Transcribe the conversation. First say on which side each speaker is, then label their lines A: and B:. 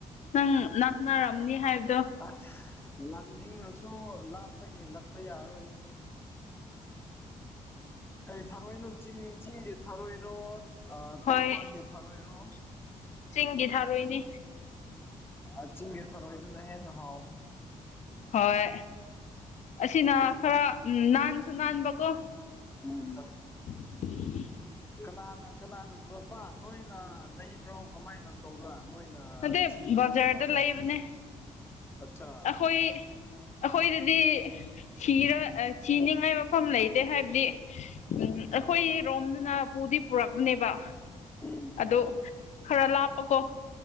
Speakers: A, on the left (about 60°); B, on the left (about 15°).
A: ꯅꯪ ꯅꯛꯅꯔꯝꯅꯤ ꯍꯥꯏꯕ
B: ꯑ ꯂꯥꯛꯅꯤꯡꯉꯁꯨ ꯂꯥꯞꯄꯒꯤ ꯂꯛꯄ ꯌꯥꯔꯣꯏꯅ꯫ ꯀꯩ ꯊꯥꯔꯣꯏꯅꯣ ꯆꯤꯡ ꯆꯤꯡꯒꯤ ꯊꯥꯔꯣꯏꯔꯣ꯫ ꯑ ꯇꯝꯄꯥꯛ
A: ꯍꯣꯏ
B: ꯀꯤ ꯊꯥꯔꯣꯏꯔꯣ꯫
A: ꯆꯤꯡꯒꯤ ꯊꯥꯔꯣꯏꯅꯤ꯫
B: ꯑ ꯆꯤꯡꯒꯦ ꯊꯔꯣꯏꯗꯨꯅ ꯍꯦꯟ ꯅ ꯍꯥꯎꯕꯅꯦ꯫
A: ꯍꯣꯏ ꯑꯁꯤꯅ
B: ꯀꯩ
A: ꯈꯔ ꯅꯥꯟꯁꯨ ꯅꯥꯟꯕꯀꯣ
B: ꯎꯝ
A: <unintelligible>
B: ꯀꯅꯥꯅ ꯀꯅꯥꯅꯣ ꯄꯨꯔꯛꯄ ꯅꯣꯏꯅ ꯂꯩꯕ꯭ꯔꯣ ꯀꯃꯥꯏꯅ ꯇꯧꯕ꯭ꯔꯥ꯫ ꯅꯣꯏꯅ
A: ꯅꯠꯇꯦ
B: ꯊꯤꯕ
A: ꯕꯖꯥꯔꯗ
B: ꯆꯠꯄ
A: ꯂꯩꯕꯅꯦ
B: <unintelligible> ꯑꯆꯥ
A: ꯑꯩꯈꯣꯏ ꯑꯩꯈꯣꯏꯗꯗꯤ ꯁꯤꯔ ꯁꯤꯅꯤꯡꯉꯥꯏ ꯃꯐꯝ ꯂꯩꯇꯦ ꯍꯥꯏꯕꯗꯤ ꯎꯝ ꯑꯩꯈꯣꯏ ꯔꯣꯝꯗꯨꯅ ꯄꯨꯗꯤ ꯄꯨꯔꯛꯄꯅꯦꯕ
B: ꯎꯝ
A: ꯑꯗꯨꯛ ꯈꯔ ꯂꯥꯞꯄꯀꯣ꯫